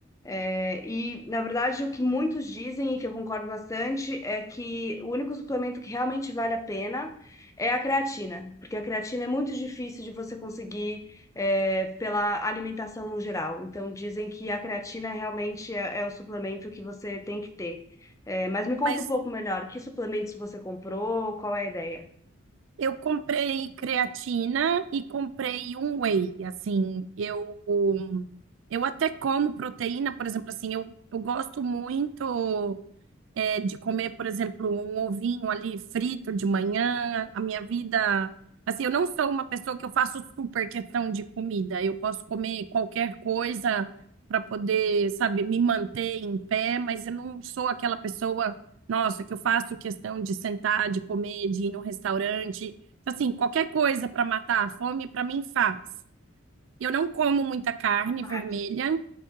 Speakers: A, on the left (about 15°); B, on the right (about 70°).
A: É, E, na verdade, o que muitos dizem, e que eu concordo bastante, é que o único suplemento que realmente vale a pena é a creatina, porque a creatina é muito difícil de você conseguir, é, pela alimentação no geral. Então, dizem que a creatina realmente é, é o suplemento que você tem que ter. É, mas me conta
B: Mas
A: um pouco melhor, que suplementos você comprou, qual é a ideia?
B: eu comprei creatina e comprei um whey, assim, eu eu até como proteína, por exemplo, assim, eu, eu gosto muito. é, de comer, por exemplo, um ovinho ali frito de manhã, a minha vida. Assim, eu não sou uma pessoa que eu faço super questão de comida. Eu posso comer qualquer coisa para poder, sabe, me manter em pé, mas eu não sou aquela pessoa, nossa, que eu faço questão de sentar, de comer, de ir no restaurante. Assim, qualquer coisa para matar a fome, para mim faz. Eu não como muita carne
A: a prática.
B: vermelha,